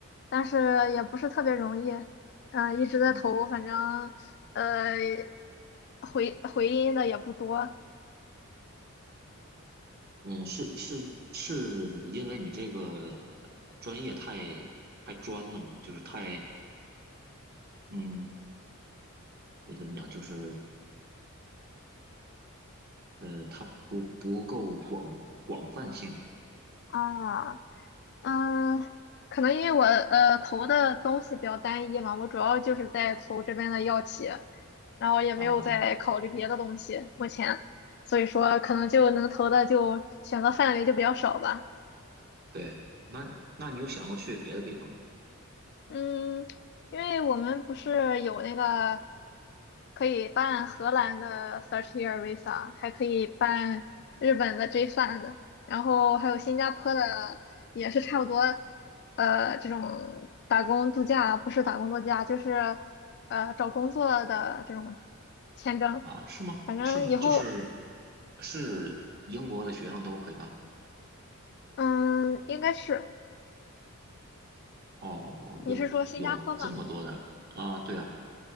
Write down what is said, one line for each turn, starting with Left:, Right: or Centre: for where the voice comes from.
Left: 但是也不是特别容易，嗯、一直在投，
Right: 嗯
Left: 反正呃，回回音的也不多
Right: 嗯，是是是因为你这个呃专业太太专了嘛，就是太嗯，你怎么讲，就是呃，它不不够广广泛性
Left: 啊，嗯，可能因为我呃投的东西比较单一嘛，我主要就是在投这边的药企，然后也没有在考虑别的东西，
Right: 啊。
Left: 目前，所以说可能就能投的就选择范围就比较少吧。
Right: 对，那那你有想过去别的地方吗？
Left: 嗯，因为我们不是有那个可以办荷兰的 First Year Visa，还可以办日本的 J3 的，然后还有新加坡的，也是差不多，呃，这种打工度假不是打工度假，就是呃找工作的这种签证，
Right: 啊，是吗？
Left: 反正以后
Right: 是吗？就是是英国的学生都可以办吗？
Left: 嗯应该是
Right: 哦，
Left: 你是说新加坡吗？
Right: 有有这么多的啊？对啊，